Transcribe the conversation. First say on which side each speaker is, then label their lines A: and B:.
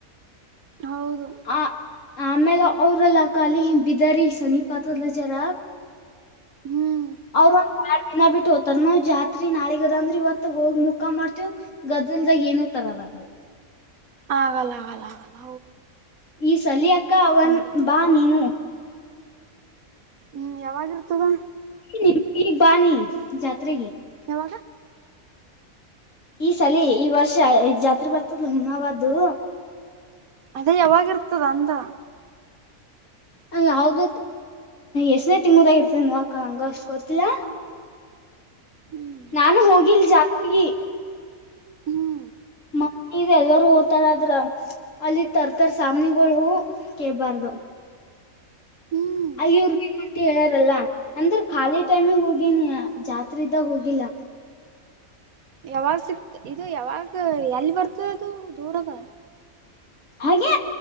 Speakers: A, on the right; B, on the left.
A: ಹೌದು.
B: ಆ ಆಮೇಲೆ ಅವ್ರಲ್ಲ ಕಖಾಲಿ ಬಿದಾರಿ ಸನಿ ಪಾತದ ಅಲ್ಲ ಜರ.
A: ಹ್ಮ್.
B: ಅವ್ರ ಒಂದ್ ಆಡ್ ದಿನ ಬಿಟ್ಟು ಹೋಗತಾರ ನಾವು ಜಾತ್ರಿ ನಾಳೆ ಆದ ಅಂದ್ರ ಇವತ್ತು ಹೋಗ ಮುಕ್ಕಾ ಮಾಡ್ತೇವ ಗದ. ಗದಲದಾಗ ಏನೂ ತರದಾಗಲ್ಲ.
A: ಆಗಲ್ಲ ಆಗಲ್ಲ ಆಗಲ್ಲ.
B: ಈ ಸಲ ಅಕ್ಕ ನೀ
A: ಹಂಗೆ
B: ಬಾ ನೀನು.
A: ಹ್ಮ್ ಯಾವಾಗ ಇರತದ ಏನು.
B: ನೀ ಈಗ ಬಾ ನಿ ಜಾತ್ರೆಗೆ.
A: ಯಾವಾಗ.
B: ಈ ಸಲ ಈ ವರ್ಷ್ ಜಾತ್ರೆ ಬರ್ತದ್ ಅಲ್ಲ ಮುನಿರಾಬಾದ ದು.
A: ಅದೇ ಯಾವಾಗ ಇರ್ತದ ಅಂದ.
B: ಯಾವ್ದ ಎಷ್ಟನೇ ತಿಂಗಳ ದಾಗ ಇರತದ ಏನ ನನಗ ಅಷ್ಟ್ ಗೊತ್ತಿಲ್ಲ.
A: ಹ್ಮ್
B: ನಾನು ಹೋಗಿಲ್ ಜಾತ್ರೆಗೆ.
A: <inaudible>
B: ಮತ ಎಲ್ಲಾರೂ ಹೋಗತಾರ ಅಲ್ಲಿ ತರ್ತರ್ ಸಾಮನಗಳು ಕೇಳಬಾರದು.
A: ಹ್ಮ್
B: ಐಯ ಇವರು ಪೇಮೆಂಟ್ ಹೇಳಾರಲ್ಲ ಅಂದ್ರೆ ಖಾಲಿ ಟೈಮಗ್ ಹೋಗೇನಿ ಜಾತ್ರೆ ಇದ್ದಾಗ ಹೋಗಿಲ್ಲ.
A: ಯಾವಾಗ ಸಿಕ್ತ ಇದು ಯಾವಾಗ ಎಲ್ಲಿ ಬರ್ತದ ಅದು ದೂರಾದ.
B: ಹಾಗೆ